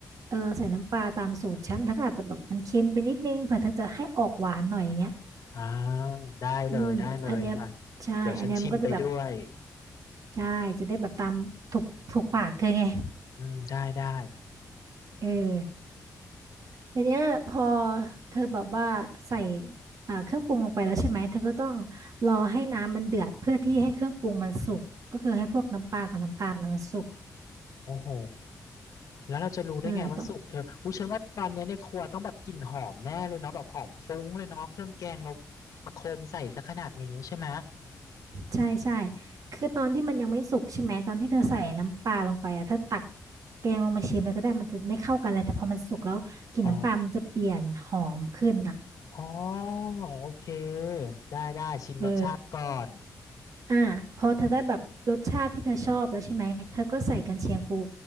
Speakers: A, on the right; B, on the left.
A: เออใส่น้ำปลาตามสูตรฉันเธอก็อาจจะแบบมันเค็มไปนิดนึงเผื่อเธอจะให้ออกหวานหน่อยอย่างเงี้ย
B: อ่าได้เลยได้เลยอ่ะ
A: อืมอันเนี้ยใช่อันเนี้ยมันก็จะแบบ
B: เดี๋ยวฉันชิมไปด้วย
A: ใช่จะได้แบบตามถูกถูกปากเธอไง
B: อืมได้ได้
A: เออทีเนี้ยพอเธอแบบว่าใส่อ่าเครื่องปรุงลงไปแล้วใช่ไหมเธอก็ต้องรอให้น้ำมันเดือดเพื่อที่ให้เครื่องปรุงมันสุกก็คือให้พวกน้ำปลากับน้ำตาลน่ะมันสุก
B: โอ้โหแล้วเราจะรู้ได้ไงว่าสุกเธออุ้ยฉันว่าตอนเนี้ยในครัวต้องแบบกลิ่นหอมแน่เลยเนาะแบบหอมฟุ้งเลยเนาะเครื่องแกงเรา
A: เออต้อง
B: ประโคมใส่ซะขนาดนี้ใช่ไหม
A: ใช่ใช่คือตอนที่มันยังไม่สุกใช่ไหมตอนที่เธอใส่น้ำปลาลงไปอ่ะเธอตักแกงลงมาชิมแล้วก็ได้มันจะไม่เข้ากันเลยแต่พอมันสุกแล้วกลิ่นน้ำปลามันจะเปลี่ยนหอมขึ้นอ่ะ
B: อ๋ออ๋อโอเคได้ได้ชิมรสชาติก่อน
A: เอออ่าพอเธอได้แบบรสชาติที่เธอชอบแล้วใช่ไหมเธอก็ใส่กันเชียงปู
B: อืม